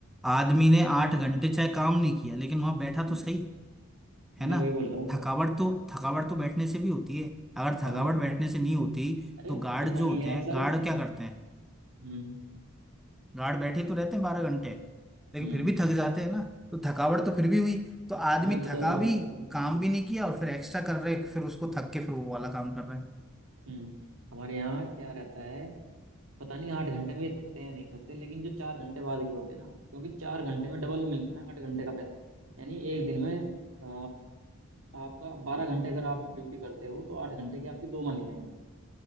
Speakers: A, in the centre; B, on the right.
A: आदमी ने आठ घंटे चाहे काम नहीं किया लेकिन वहां बैठा
B: हम्म,
A: तो सही
B: मैं
A: है ना
B: वही बोल रहा हूँ
A: थकावट तो थकावट तो बैठने से भी होती है अगर
B: हाँ
A: थकावट
B: हाँ
A: बैठने से नहीं होती
B: अरे
A: तो गार्ड
B: पता
A: जो
B: नहीं
A: होते
B: यार
A: हैं
B: सर
A: गार्ड क्या करते हैं
B: हम्म
A: गार्ड बैठे तो रहते हैं बारह घंटे लेकिन
B: हम्म
A: फिर भी थक जाते हैं ना तो थकावट तो फिर भी हुई तो आदमी
B: मैं बता
A: थका
B: तो रहा
A: भी
B: हूँ आपको
A: काम भी नहीं किया और फिर एक्स्ट्रा कर रहे फिर उसको थक के फिर वो वाला काम कर रहे हैं
B: हम्म हमारे यहाँ क्या रहता है पता नहीं आठ घंटे में ये थकते हैं या नहीं थकते लेकिन जो चार घंटे बाद के होते हैं ना क्योंकि चार घंटे में डबल मिलना है आठ घंटे का पैसा यानी एक दिन में अ, आपका बारह घंटे अगर आप ड्यूटी करते हो तो आठ घंटे की आपकी दो मानी जाएंगी